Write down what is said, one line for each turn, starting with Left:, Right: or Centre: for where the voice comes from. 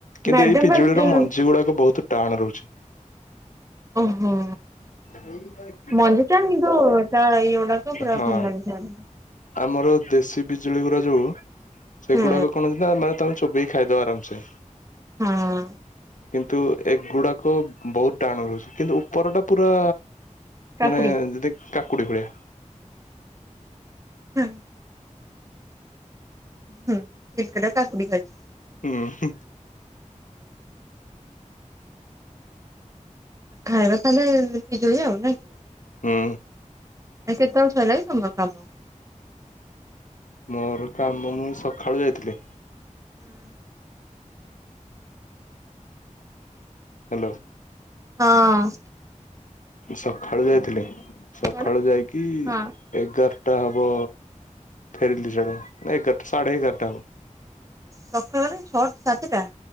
Left: କିନ୍ତୁ
Right: ମ୍ୟାଡାମ
Left: ଏଇ ପିଜୁଳିର
Right: ବା
Left: ମଞ୍ଜି ଗୁଡାକ ବହୁତ ଟାଣ ରହୁଛି
Right: ଓହୋ
Left: ସେଇ
Right: ମଞ୍ଜି ଟା କିନ୍ତୁ ଏଇ ଗୁଡାକ ପୁରା
Left: ହଁ
Right: ଭଲ ଲାଗିଥାହାନ୍ତା
Left: ଆମର ଦେଶୀ ବିିଜୁଳି ଗୁଡା ଯୋଉ ସେଗୁଡାକ
Right: ହୁଁ
Left: କଣ ଅଛି ନା ମାନେ ତମେ ଚୋବେଇ କି ଖାଇଦବ ଆରାମ ସେ
Right: ହଁ
Left: କିନ୍ତୁ ଏ ଗୁଡାକ ବହୁତ ଟାଣ ରହୁଛି କିନ୍ତୁ ଉପର ଟା ପୁରା
Right: କାକୁଡି
Left: ମାନେ ଯଦି କାକୁଡି ଭଳିଆ
Right: ହୁଁ ହୁଁ ସେ କେଟା କାକୁଡି ଖାଇଛି
Left: ହୁଁ
Right: ଖାଇବା ତାହେଲେ ପିଜୁଳି ଆଉ ନା କି
Left: ହୁଁ
Right: ଆ କେତେ ବର୍ଷ ହେଲାଣି ତମର କାମ
Left: ମୋର କାମ ମୁଁ ସକାଳୁ ଯାଇଥିଲି
Right: ହୁଁ
Left: ହ୍ୟାଲୋ
Right: ହଁ
Left: ସକାଳୁ ଯାଇଥିଲି ସକାଳୁ
Right: କଣ
Left: ଯାଇକି
Right: ହଁ।
Left: ଏଗାରଟା ହବ ଫେରିଲି ସିଆଡେ ନା ଏଗାରଟା ସାଢ଼େ ଏଗାରଟା ହବ
Right: ସକାଳ ମାନେ ଛଅଟା ସାତଟା